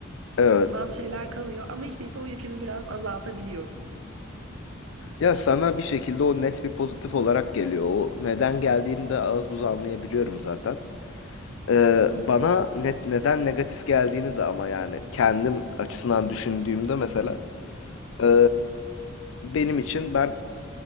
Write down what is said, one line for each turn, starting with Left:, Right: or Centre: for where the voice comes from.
Left: Evet.
Right: bazı şeyler kalıyor. Ama hiç değilse o yükümü biraz azaltabiliyorum.
Left: Ya sana bir şekilde o net bir pozitif olarak geliyor. O neden geldiğini de az buz anlayabiliyorum zaten. Ee, bana net neden negatif geldiğini de ama yani kendim açısından düşündüğümde mesela e, benim için ben